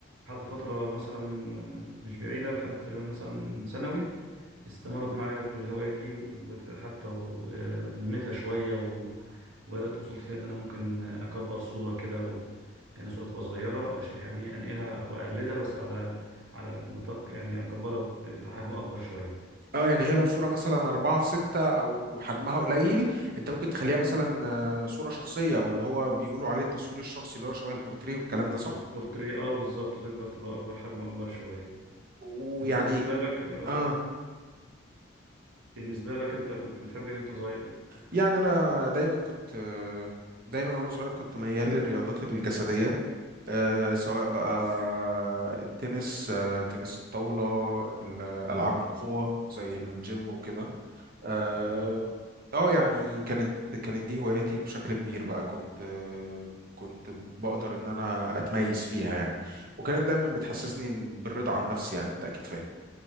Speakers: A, on the right; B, on the right.
A: فترة مثلا آه، مش بعيدة لحد تقريبا مثلا ثانوي استمرت معايا في الهواية دي وحتى نميتها شوية و- وبدأت وصلت فيها إن أنا ممكن أكبر صورة كده و... يعني صورة تبقى صغيرة أش- يعني أنقلها أو أقلدها بس على على نطاق يعني أكبرها ب- بحجم أكبر شوية
B: اه يعني هي لو صوره مثلا أربعة في ستة أو حجمها قليل أنت ممكن تخليها مثلا آه، صورة شخصية أو اللي هو بيقولوا عليه التصوير الشخصي اللي هو شبه البورتريه والكلام
A: بورت
B: ده صح؟
A: في بورتري أه بالظبط تكبر تبقى أكبر حجم أكبر شوية
B: ويعني
A: أنت بالنسبة لك أه
B: اه
A: بالنسبة لك أنت كنت بتحب إيه وأنت صغير؟
B: يعني انا دايما كنت دايما وانا صغير كنت ميال للرياضات الجسديه آه، سواء بقى التنس آه، تنس الطاوله ال- العاب القوه زي الجيم وكده اه
A: جميل
B: آه، يعني كانت كانت دي هواياتي بشكل كبير بقى كنت آه، كنت بقدر ان انا اتميز فيها يعني وكانت دايما بتحسسني بالرضا عن نفسي يعني انت اكيد فاهم